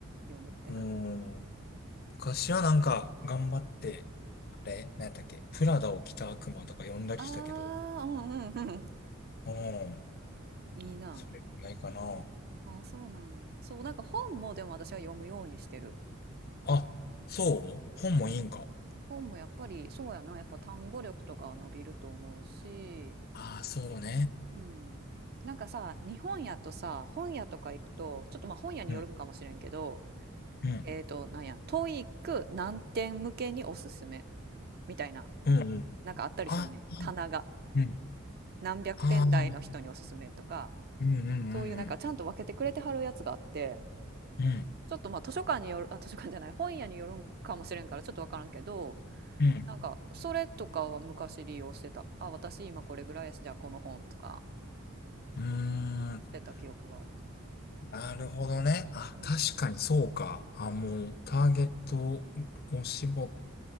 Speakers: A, on the right (about 50°); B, on the left (about 50°).
A: 読むってなった
B: うん。昔はなんか頑張って、あれなんだっけプラダを着た悪魔とか読んだりしたけど。
A: ら。ああ、うんうんうん。
B: うん。
A: いいな。
B: それくらいかな。
A: ああ、そうなんや。そう、なんか本もでも私は読むようにしてる。
B: あ、そう本もいいんか。
A: うん。本もやっぱり、そうやな。やっぱ単語力とかは伸びると思うし、
B: ああ、そうね。
A: うん、なんかさ、日本屋とさ、本屋とか行くと、ちょっとまあ本屋によるんかもしれんけど、
B: うん。うん。
A: えっと、なんや、トイック何点向けにおすすめみたいな、
B: うんうん。
A: なんかあったりすんねん。
B: あ、
A: 棚が。
B: うん。
A: 何百点台の人におすすめとか、
B: ああ、うんうんうんうん。
A: そういうなんかちゃんと分けてくれてはるやつがあって、
B: うん。
A: ちょっとまあ図書館による、あ、図書館じゃない、本屋によるんかもしれんからちょっとわからんけど、
B: うん。
A: なんかそれとかは昔利用してた。あ、私今これぐらいやし、じゃあこの本とか
B: うーん。
A: してた記憶がある。
B: なるほどね。あ、
A: うん。
B: 確かにそうか。あ、もう、ターゲットを絞、